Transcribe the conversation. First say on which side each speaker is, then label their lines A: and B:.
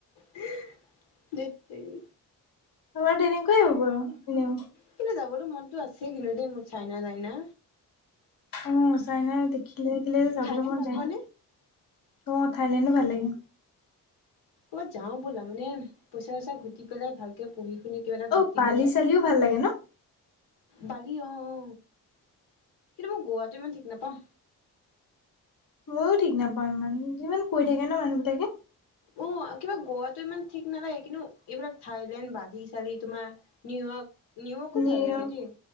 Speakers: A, on the left; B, on the left.
A: হে হি ধেত তেৰি
B: আমাৰ তেনেকোৱাই হ'ব এনেও
A: কিন্তু যাবতো মনতো আছে কিন্তু দেই মোৰ চাইনা টাইনা
B: অ চাইনা দেখিলে থাকিলে যাবলৈ
A: থাইলেণ্ড
B: মন
A: ভাল
B: যায়
A: পোৱা
B: নে অ থাইলেণ্ডো ভাল লাগে।
A: ক'বাত যাও ব'লা মানে পইচা চইচা ঘটি পেলাই ভাল কে পঢ়ি শুনি কিবা এটা
B: অ
A: ঘটি
B: বালি
A: পেলাই
B: চালিও ভাল লাগে ন
A: বালি অ অ কিন্তু মই গুৱাতো ইমান ঠিক নাপাও
B: ময়ো ঠিক নাপাও ইমান যিমান কৈ থাকে ন মানুহ বিলাকে
A: অ কিবা গুৱাতো ইমান ঠিক নালাগে কিন্তু এইবিলাক থাইলেণ্ড বালি চালি তোমাৰ নিউয়ৰ্ক নিউয়ৰ্কো
B: নিউয়ৰ্ক
A: ভাল লাগে দেই